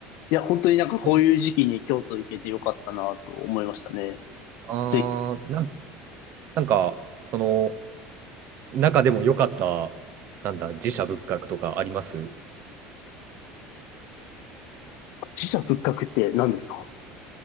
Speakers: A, on the left (about 65°); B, on the right (about 50°).
A: いや、本当になんかこういう時期に京都行けてよかったなと思いましたね。
B: ああー、
A: ぜ、
B: なん、なんか、その、中でも良かった、なんだ、寺社仏閣とかあります
A: 寺社仏閣って何ですか